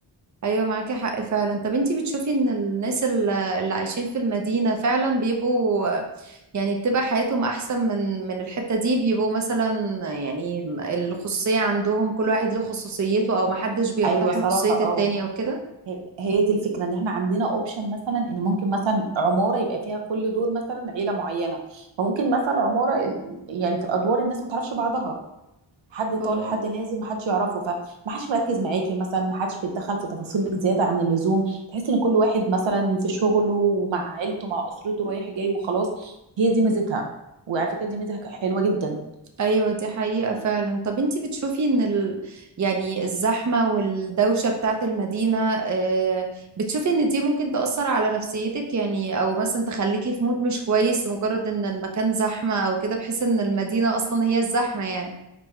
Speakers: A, on the right; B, on the right.
A: ايوه معاكي حق فعلا طب انتي بتشوفي ان الناس ال- اللي عايشين في المدينة فعلا بيبقوا يعني بتبقى حياتهم احسن من من الحتة دي بيبقوا مثلا يعني الخصوصية عندهم كل واحد له خصوصيته او محدش بيقتحم
B: أيوة صراحة
A: خصوصية التاني
B: اه
A: او كده
B: هي هي دي الفكرة ان احنا عندنا اوبشن مثلا ان ممكن مثلا عمارة يبقى فيها كل دور مثلا عيلة معينة فممكن مثلا عمارة ال- يعني في الادوار الناس ما تعرفش بعضها حد طالع
A: اه
B: حد نازل ما حدش يعرفه فما حدش مركز معاكي مثلا ما حدش بيتدخل في تفاصيلك زيادة عن اللزوم تحس ان كل واحد مثلا في شغله ومع عيلته مع اسرته رايح جاي وخلاص هي دي ميزتها وعلى فكرة دي ميزة حلوة جدا
A: ايوه دي حقيقة فعلا طب انتي بتشوفي ان ال... يعني الزحمة والدوشة بتاعت المدينة آه، بتشوفي ان دي ممكن تأثر على نفسيتك يعني او مثلا تخليكي في مود مش كويس لمجرد ان المكان زحمة او كده بحيث ان المدينة اصلا هي الزحمة يعني